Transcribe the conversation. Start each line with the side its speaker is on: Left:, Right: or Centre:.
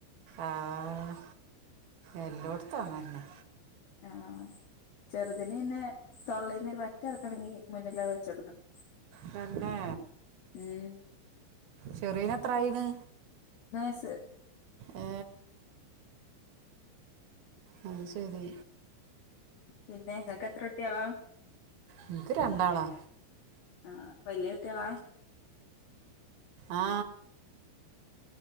Right: ആഹ് എല്ലോടത്തും അങ്ങനന്നെ
Left: ആ ചെറുതിന് പിന്നെ തൊള്ളയിന്നൊരു വറ്റ്ഇറക്കണങ്കി മുന്നിലത് വെച്ച്കൊടുക്കണം
Right: തന്നെ
Left: ഉം
Right: ചെറിയേന് എത്രായിന്ന്
Left: <unintelligible>
Right: ഏ അത് ശരി
Left: പിന്നെ നിങ്ങക്ക് എത്ര കുട്ടിയോളാ
Right: എനിക്ക് രണ്ടാളാ
Left: ആ വല്ല്യ കുട്ടികളാ
Right: ആ